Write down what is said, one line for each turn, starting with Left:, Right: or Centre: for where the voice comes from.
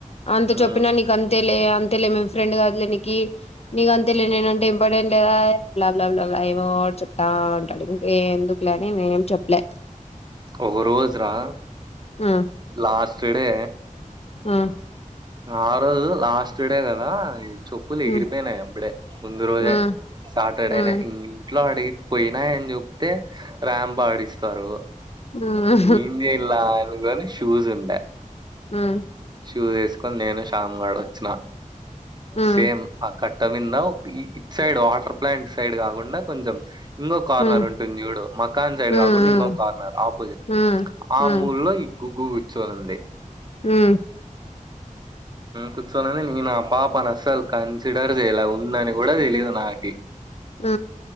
Left: అంత
Right: హ్మ్.
Left: చెప్పినా నీకు అంతేలే అంతేలే మేం ఫ్రెండ్ కాదులేనికి నీకు అంతేలే నేనంటే ఇంపార్టెంట్ లేదా బ్లా బ్లా ఏమో చెప్తా అంటాడు ఇంక ఎందుకు చెప్పలనే నేనేమ్ చెప్పలే
Right: ఒక రోజు రా
Left: ఆ
Right: లాస్ట్ డే
Left: ఆ
Right: ఆ రోజు లాస్ట్ డే కదా చెప్పులు
Left: హ్మ్
Right: ఎగిరిపోయినాయి అప్పుడే ముందు రోజే
Left: హ్మ్
Right: సాటర్డేనే
Left: హ్మ్
Right: ఇంట్లో అడిగి పోయినాయని చెప్తే రాంప్ ఆడిస్తారు
Left: హ్మ్
Right: ఏం చేయల్లా అనుకోని షూస్ ఉండే
Left: హ్మ్
Right: షూస్సు నేను శ్యామ్ గాడు వచ్చిన
Left: హ్మ్
Right: సేమ్ కట్టమీన్నా ఇ ఇటుసైడ్ వాటర్ ప్లాంట్ సైడ్ కాకుండా కొంచెం ఇంకో కార్నర్
Left: హ్మ్
Right: ఉంటుంది చూడు మకాన్ సైడ్
Left: హ్మ్
Right: కాకుండా ఇంకో కార్నర్ ఆపోజిట్
Left: హ్మ్
Right: ఆ
Left: హ్మ్
Right: మూలలో ఈ గుగ్గు కూర్చొనింది
Left: ఆ
Right: కూర్చోనింది నే నా పాపని అస్సలు కన్సిడర్ చేయలే ఉందని కూడా తెలియదు నాకి
Left: ఆ